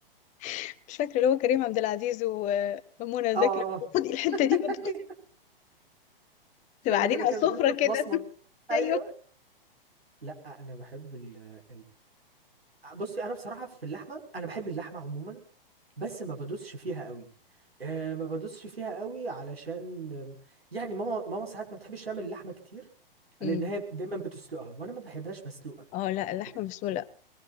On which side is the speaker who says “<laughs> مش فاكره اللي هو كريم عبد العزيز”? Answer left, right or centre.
Left